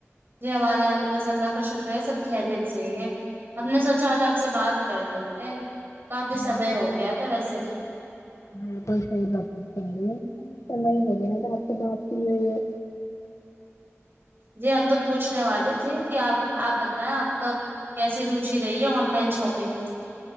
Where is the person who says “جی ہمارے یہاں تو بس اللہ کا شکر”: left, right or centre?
Right